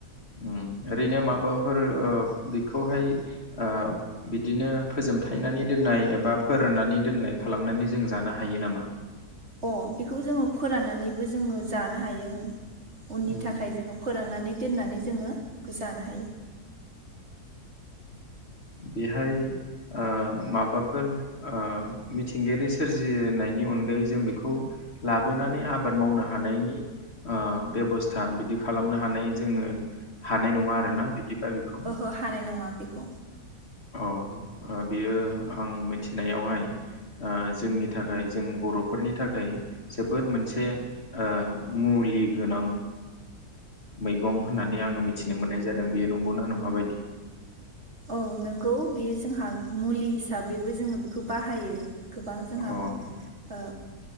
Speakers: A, on the left; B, on the right.
A: ओम। ओरैनो माबाफोर ओ बेखौहाय ओ बिदिनो फोजोबथायनानै दोननाय एबा फोराननानै दोननाय खालामनानै जों जानो हायो नामा?
B: अ बेखौ जोङो फोराननानैबो जोङो जानो हायो ओं। उननि
A: उम
B: थाखाय जोङो फोराननानै दोननानै जोङो बेखौ जानो हायो
A: बेहाय ओ माबाफोर ओ मिथिंगायारि सोरजिनायनि अनगायै जों बेखौ लाबोनानै आबाद मावनो हानायनि ओ बेबस्था बिदि खालामनो हानाय जोङो हानाय नङा आरोना बिदिबा बेखौ
B: ओहो हानाय नङा बे <inaudible>
A: औ बियो आं मिथिनायावहाय ओ जोंनि थाखाय जों बर'फोरनि थाखाय जोबोद मोनसे ओ मुलि गोनां मैगं होन्नानै आं मिथिनो मोन्नाय जादों बेयो नंगौना नंआ बायदि?
B: औ नंगौ बेयो जोंहा मुलि हिसाबैबो जोङो बेखौ बाहायो। गोबां जोंहा
A: अ
B: ओ